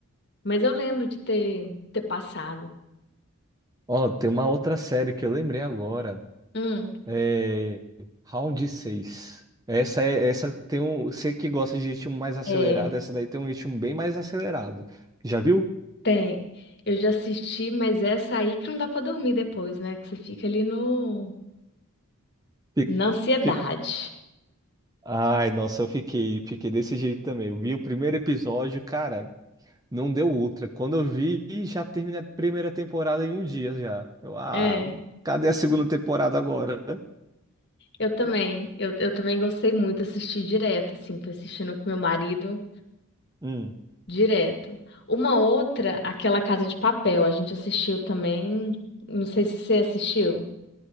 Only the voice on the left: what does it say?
Mas eu lembro de ter, ter passado.
Hum.
É,
tem. Eu já assisti, mas essa aí que não dá pra dormir depois, né? Que você fica ali no,
na ansiedade.
É.
Eu também, eu, eu também gostei muito, assisti direto, assim, fui assistindo com meu marido.
Direto. Uma outra, aquela Casa de Papel, a gente assistiu também. Não sei se você assistiu.